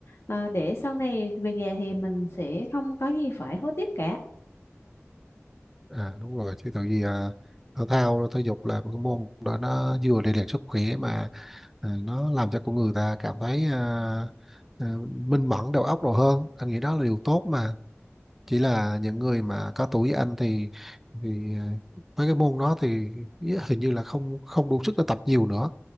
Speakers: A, on the left; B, in the centre.
A: à, để sau này về già thì mình sẽ không có gì phải hối tiếc cả
B: à đúng rồi chứ tại vì à, thể thao thể dục là một cái môn đó nó vừa rèn luyện sức khỏe mà à, nó làm cho con người ta cảm thấy à, à, minh mẫn đầu óc đồ hơn anh nghĩ đó là điều tốt mà chỉ là những người mà có tuổi anh thì thì ờ, mấy cái môn đó thì ý- hình như là không không đủ sức để tập nhiều nữa